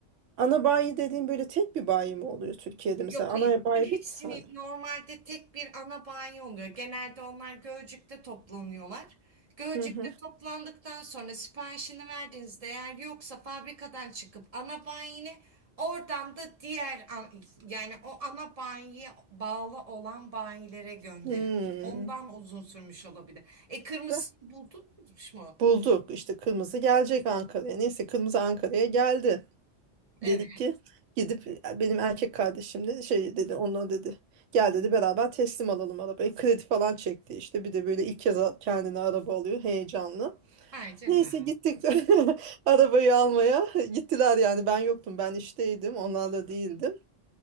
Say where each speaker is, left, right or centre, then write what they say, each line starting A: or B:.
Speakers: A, on the right; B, on the right.
A: ana bayi dediğim böyle tek bir bayi mi oluyor Türkiye'de
B: Yok
A: mesela ana
B: hayır. Bütün
A: bayi bir
B: hepsini
A: tane.
B: normalde tek bir ana banyo oluyor. Genelde onlar Gölcük'te toplanıyorlar. Gölcük'te
A: Hı hı.
B: toplandıktan sonra siparişini verdiğinizde eğer yoksa fabrikadan çıkıp ana banyine oradan da diğer a- yani o ana banyoya bağlı olan banyilere gönderiyor.
A: Hmm.
B: Ondan uzun sürmüş olabilir. E kırmızısını
A: Ve
B: buldunuz mu?
A: Bulduk işte kırmızı gelecek Ankara'ya neyse kırmızı Ankara'ya geldi.
B: Evet.
A: Dedik ki gidip benim erkek kardeşim de şey dedi onunla dedi gel dedi beraber teslim alalım arabayı kredi falan çekti işte bir de böyle ilk kez a- kendine araba alıyor heyecanlı.
B: Ay canım.
A: Neyse gittik <laughs> arabayı almaya gittiler yani ben yoktum ben işteydim onlarla değildim.